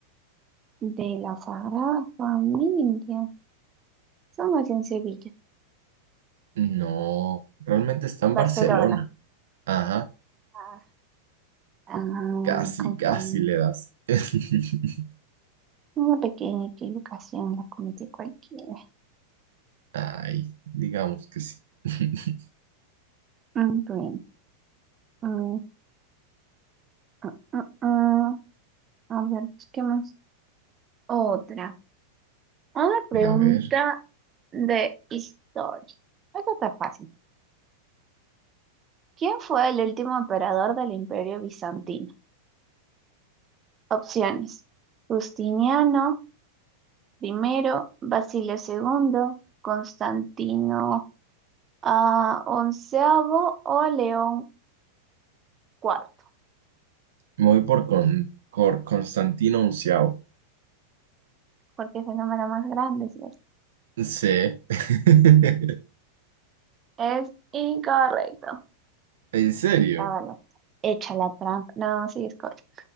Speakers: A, on the right; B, on the right.
A: De la Sagrada Familia. Somos en Sevilla.
B: No, realmente está en
A: Barcelona.
B: Barcelona. Ajá,
A: Ah, ah, me
B: casi,
A: confundí.
B: casi le das. <laughs>
A: Una pequeña equivocación la cometí cualquiera.
B: Ay, digamos que sí. <laughs>
A: Mm, Bien. Mm, ah, ah, ah. A ver, busquemos otra. Una pregunta
B: A ver,
A: de historia. Esta está fácil. ¿Quién fue el último emperador del Imperio Bizantino? Opciones. Justiniano primero, Basilio segundo, Constantino ah, onceavo o León cuarto,
B: me voy por, con, por Constantino XI.
A: porque es el número más grande, ¿cierto?
B: Sí. <laughs>
A: Es incorrecto.
B: ¿En serio?
A: estaba bueno. Echa la trampa. No, sí es correcto.